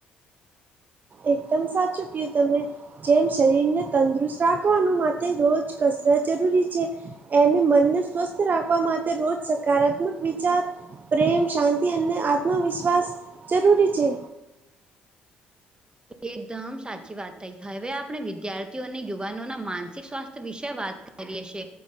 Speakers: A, on the right (about 45°); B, on the right (about 20°).
A: એકદમ સાચું કીધું મેં. જેમ શરીરને તંદુરસ્ત રાખવાનું માતે રોજ કસરત જરૂરી છે. એમભી મનને સ્વસ્થ રાખવા માટે રોજ સકારાત્મક વિચાર, પ્રેમ, શાંતિ અને આત્મવિશ્વાસ જરૂરી છે.
B: એકદમ સાચી વાત થઈ. હવે આપણે વિદ્યાર્થીઓ અને યુવાનોના માનસિક સ્વાસ્થ્ય વિશે વાત ક રી લેશે.